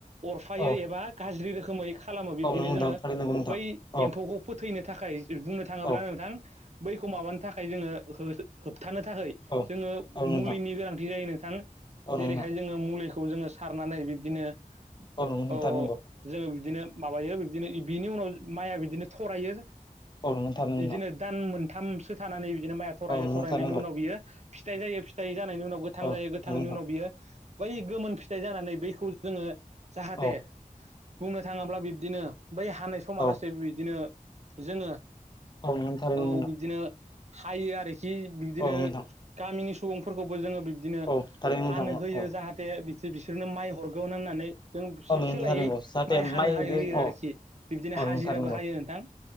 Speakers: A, on the right; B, on the left.
A: अरफायै
B: औ
A: एबा गाज्रि रोखोमै खालामो बिब्दिनो
B: औ नंगौ नोंथां
A: जोङो
B: थारैनो नंगौ नोंथां
A: बै
B: औ
A: एम्फौखौ फोथैनो थाखाय बुंनो थाङोब्ला
B: औ
A: नोंथां बैखौ माबानो थाखाय जोङो होबथानो थाखाय
B: औ
A: जोङो
B: औ नोंथां
A: मुलिनि गोनांथि जायो नोंथां
B: औ
A: जेरैहाय
B: नंगौ नोंथां
A: जोङो मुलिखौ खौ जोङो सारनानै बिब्दिनो
B: ओ नोंगौ नोथां
A: औ
B: नोंगौ।
A: जोङो बिदिनो माबायो बिब्दिनो बिनि उनाव माइया बिदिनो थरायो।
B: औ नंगौ थारैनो
A: बिदिनो
B: नोंथां
A: दान मोनथामसो थानानै बिदिनो माया थरायो
B: औ नंगौ
A: थरायनायनि
B: थारैनो नंगौ
A: उनाव बियो फिथाइ जायो फिथाइ जानायनि उनाव गोथां
B: औ
A: जायो गोथांनि
B: नंगौ नोंथां
A: उनाव बियो बै गोमोन फिथाइ जानानै बैखौ जोङो जाहाथे
B: औ
A: बुंनो थाङोब्ला बिब्दिनो बै हानाय समालासे
B: औ
A: बिदिनो जोङो
B: औ <unintelligible>
A: औ बिब्दिनो हायो आरोखि बिदिनो
B: औ नंगौ नोंथां
A: गामिनि सुबुंफोरखौबो जोङो बिदिनो
B: औ थारैनो
A: हानो
B: नोंथां
A: होयो
B: औ
A: जाहाथे बि बिसोरनो माइ हरगोन होननानै जों सि
B: औ नोंथां
A: सोलायै
B: थारैनो जाहाथे
A: माइ हानो हाय
B: बिदि
A: होयो
B: औ
A: आरोखि बिबदिनो
B: औ
A: हाजिराबो
B: नोंथां थारैनो
A: हायो
B: औ
A: नोंथां